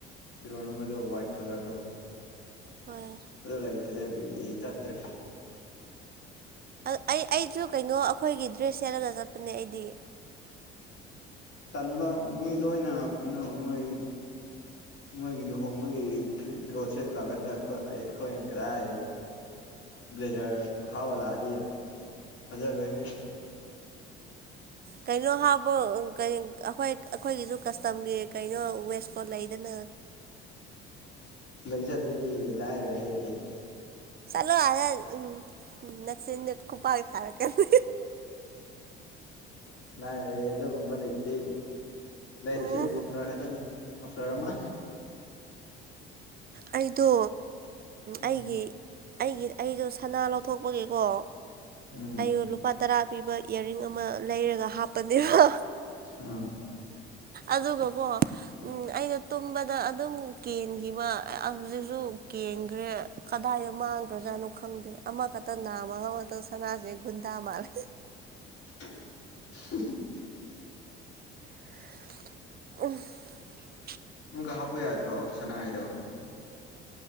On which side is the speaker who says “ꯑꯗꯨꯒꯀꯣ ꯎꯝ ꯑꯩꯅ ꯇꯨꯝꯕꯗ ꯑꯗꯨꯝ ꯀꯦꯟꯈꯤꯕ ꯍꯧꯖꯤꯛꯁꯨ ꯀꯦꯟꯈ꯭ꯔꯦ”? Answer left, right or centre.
Right